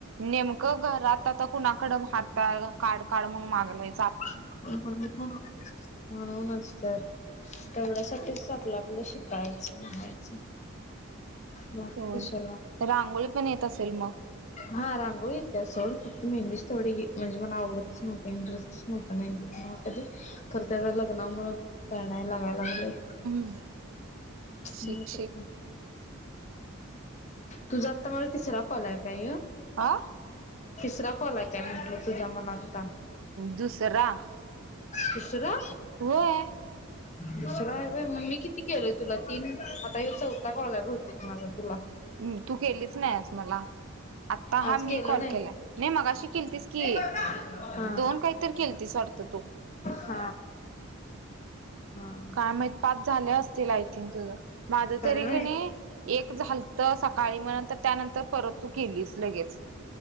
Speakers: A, on the right; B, on the left.
A: नेमकं घर आता कुणाकडं हात काड काड म्हणून माग लायच
B: <unintelligible> म्हणूनच तर तेवढ्यासाठीच आपलं आपलं शिकायचं म्हणायचं मग
A: तेवढ
B: कशाला
A: रांगोळी पण येत असेल मग
B: हा रांगोळी येतीया सोड मेहंदीच तेवढी म्हणजे मला आवडतच नव्हंती इंटरेसच नव्हंता मेंदीत मला कधी खरं ते आता लग्ना मुळं काडाय लागाय लागलय
A: <inaudible> शिक
B: मत
A: शिक
B: का? तुझा आता मला तिसरा कॉलय काय ह्यो
A: आा
B: तिसरा कॉलय काय म्हंटलं तुझा मला आत्ता
A: दुसरा
B: दुसरा
A: होय.
B: दुसराय वय म मी किती केलोय तुला तीन आता ह्यो चौथा कॉलय बहुतेक तुला.
A: म तू केलीच नाहीयेस मला आता
B: आज
A: हा मी
B: केलं
A: कॉल
B: नाही.
A: केलाय नाही मगाशी केलतीस की
B: हा.
A: दोन काहीतर केलतीस वाटत
B: हा हा.
A: काय माहित पाच झाले असतील आय थिंक तुझं माझ
B: काय
A: तरी
B: माहित.
A: किने नाही एक झाल त सकाळी म नंतर त्यानंतर परत तू केलीस लगेच